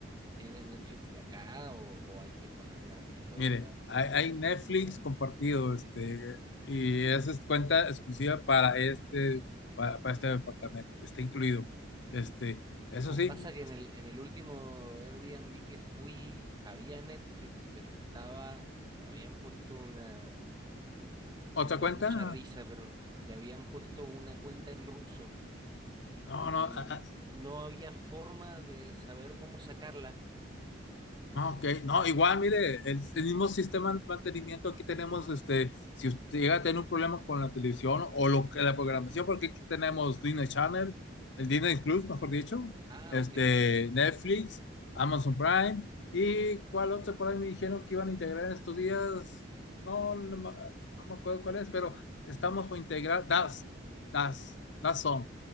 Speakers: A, on the right; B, on the left.
A: tiene Netflix de acá o, o hay que poner la, la cuenta.
B: Mire, hay, hay Netflix compartido, este, y esa es cuenta exclusiva para este, para, para este departamento. Está incluido. Este, eso
A: No,
B: sí.
A: pasa que en el, en el último Airbnb que fui había Netflix, pero estaba, eh, habían puesto una, u-
B: ¿Otra
A: me dio
B: cuenta?
A: mucha risa, pero le habían puesto una cuenta en ruso
B: No,
A: y
B: no, ah, ah,
A: no había forma de saber cómo sacarla.
B: no, ok. No, igual, mire, el, el mismo sistema de mantenimiento aquí tenemos, este, si usted llega a tener un problema con la televisión o lo que la programación, porque aquí tenemos Disney Channel, el Disney Plus, mejor dicho,
A: Ah,
B: este,
A: ok,
B: Netflix, Amazon Prime, y cuál otro por ahí me dijeron que iban a integrar en estos días. No, no, me no me acuerdo cuál es, pero estamos por integrar Das, Das, Dazón,